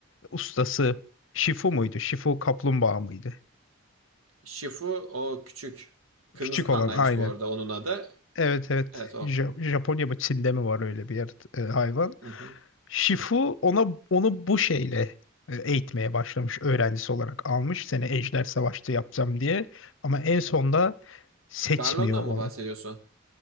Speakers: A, on the left (about 60°); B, on the right (about 80°).
A: ustası Shifu muydu Shifu kaplumbağa mıydı
B: Shifu o küçük. Kırmızı
A: küçük
B: pandaymış
A: olan aynen
B: bu arada onun adı.
A: evet evet
B: Evet o.
A: Ja- Japonya mı Çin'de mi var öyle bir yer, e, hayvan
B: Hı hı.
A: Shifu ona onu bu şeyle e, eğitmeye başlamış öğrencisi olarak almış seni Ejder Savaş'ta yapacağım diye ama en sonda seçmiyor
B: Garlon'dan
A: onu
B: mı bahsediyorsun?